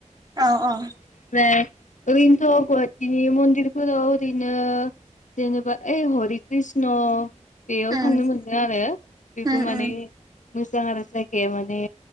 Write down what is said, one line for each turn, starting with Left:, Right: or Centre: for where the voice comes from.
Right: औ औ
Left: ओमफ्राय ओरैनोथ' गुवाटिनि मन्दिरफोराव ओरैनो जेनेबा ओइ हरि कृष्ण बेयाव
Right: उम
Left: थांनो मोनदों आरो बेबो
Right: उम
Left: माने
Right: उम
Left: मोजां आरो जायगाया माने